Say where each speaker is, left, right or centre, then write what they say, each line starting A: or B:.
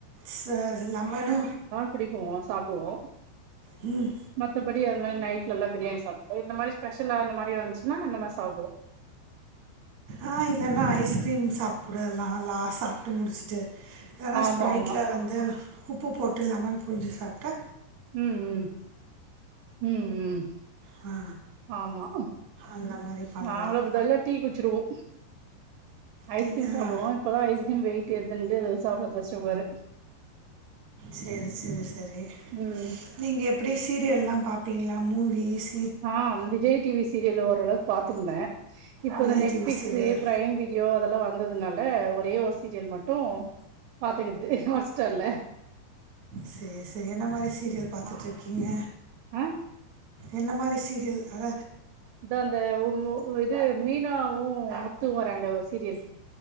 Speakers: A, on the right; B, on the right.
A: ஸ் லெமனு
B: பிடிக்குவோ சாப்டுவோ
A: ம்
B: மத்தபடி அந்த மாரி நைட்ல எல்லா பிரியாணி சாப்ட்டு இந்த மாரி ஸ்பெஷல்லா அந்த மாரி இருந்துச்சுனா அந்த மாரி சாப்புடுவோ
A: ஆ இல்லன்னா ஐஸ்கிரீம் சாப்டு லாலாசா சாப்ட்டு முடிச்சுட்டு வேணா
B: ஆமா
A: ஸ்பிரைட்ல
B: ஆமா
A: வந்து உப்பு போட்டு லெமன் புழிஞ்சு சாப்ட்டா
B: ம் ம் ம் ம்
A: ஆ
B: ஆமா
A: அந்த மாதிரி பண்ணலாம்
B: நாங்களு அப்டிதா எல்லா டீ குடிச்சிடுவோ ஐஸ்கிரீம்
A: டி ஆ
B: சாப்டுவோ இப்பதா ஐஸ் கிரீம் வெயிட் எறுதுன்ட்டு அது சாப்பறதில்ல சுகர்ரு
A: சேரி சேரி செரி
B: ம்
A: நீங்க எப்டி சீரியல்லா பாப்பீங்களா மூவிஸ்
B: ஆ விஜய் டீ வி சீரியல் ஓரளவு பாத்துருந்த இப்போ
A: Vijay
B: அந்த நெட்பிக்
A: TV serial
B: ஸ்ஸு Prime video அதெல்லா வந்ததுனால ஒரே ஒரு சீரியல் மட்டு பாத்துக்கறது ஹாட் ஸ்டார்ல்ல
A: சேரி சேரி என்ன மாரி சீரியல் பாத்துட்ருக்கீங்க
B: ஆ
A: என்ன மாரி சீரியல் அத
B: அதா இந்த ஒம்மோ இது மீனாவு முத்துவு வராங்களே ஒரு சீரியல்